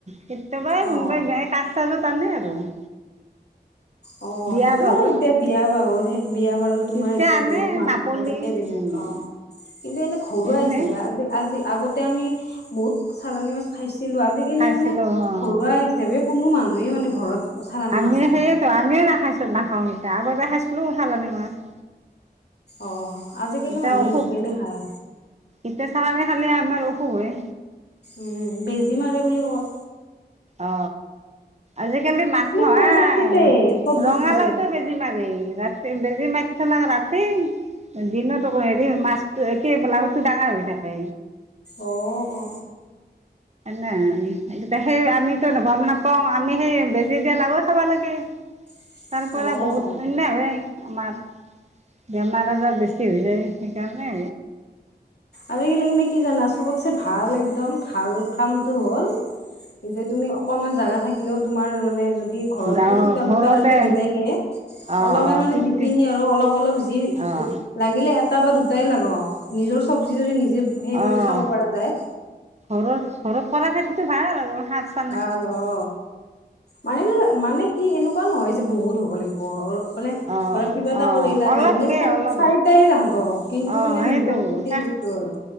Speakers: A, on the right; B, on the left.
A: কেতিয়াবা
B: অ
A: কোনবাই বেয়াকে কাচ ছাইজৰ তানে আৰু <unintelligible>
B: অ
A: বিয়া
B: সেইটো
A: বাহুত
B: আৰু এতিয়া বিয়া বাৰুত বিয়া বাৰুত তোমাৰ
A: তেতিয়া
B: এইটো
A: আনে
B: বহুত মানুহ
A: নাপলি
B: থাকে তেতিয়া বেলেগ
A: উম
B: অ। কিন্তু এনে ঘৰুৱা
A: এনেই
B: হিচাপে আজি আজি আগতে আমি বহুত চালানী মাছ খাইছিলো আজিকালি
A: খাইছিলো
B: মানে
A: অ
B: ঘৰুৱা- চেভে কোনো মানুহে মানে ঘৰত- চালানী
A: আমি
B: মাছ নাখায়
A: সেইয়েতো আমিও নাখাইছো নাখাওঁ এতিয়া আগতে খাইছিলো চালানী মাছ-
B: অ আজিকালি
A: এতিয়া
B: মানুহে
A: অসুখ
B: লোকেলে খায়।
A: এতিয়া চাহে খালে আমাৰ অসুখে।
B: উম বেজি মাৰে বুলি কয়।
A: অ আজিকালি মাছ নহয়
B: চব বস্তুতে চব বস্তুতে।
A: ৰঙালাওটে বেজি। বেজি মাৰি ৰাতি বেজি মাৰিথই না ৰাতি- দিন আকৌ হেৰি মাছটো কি লাওটো ডাঙাৰ হৈ থাকে।
B: অ অ
A: নে এতিয়া সেই আমিতো গম নাপাওঁ আমি সেই বেজি দিয়ে লাবৈ খাব লাগে।
B: <unintelligible>
A: তাৰ পৰা
B: অ'।
A: বহুত অন্য হয়। আমাৰ বেমাৰ আজাৰ বেছি হৈ যায় সেইকাৰণে।
B: আৰু এইগিলাক কি জানা চবতছে ভাল একদম ভাল কামটো হ'ল। এই যে তুমি অকনমান জাগা থাকিলেও তোমাৰ- মানে যদি ঘৰতো
A: গাঁৱৰ
B: চোতাল
A: ঘৰতে
B: তোতাল আছে বেলেগে-
A: অঁ
B: অলমে
A: অঁ
B: মানে
A: ঠিক
B: যিখিনি
A: ঠিক
B: আৰু অলপ অলপ যি-
A: অঁ
B: লাগিলে এটা বা দুটাই লাগক নিজৰ চব্জি যদি নিজে হে কৰি
A: অঁ
B: খাব পৰা যায়।
A: ঘৰৰ ঘৰ কৰা খেতিতো ভাল আৰু সাজ,
B: ভাল অ মানিলে মানে কি এনেকুৱা নহয় যে বহুত হ'ব লাগিব। মানে
A: অঁ
B: ধৰা কিবা এটা
A: অঁ
B: কৰিলা
A: অলপকে
B: লাগিলে চাৰ
A: অলপ
B: চাৰিটাই লাগক।
A: অঁ
B: কিন্তু মানে
A: সেইটো
B: নিজৰ খেতিৰ
A: শেষ
B: বস্তু আৰু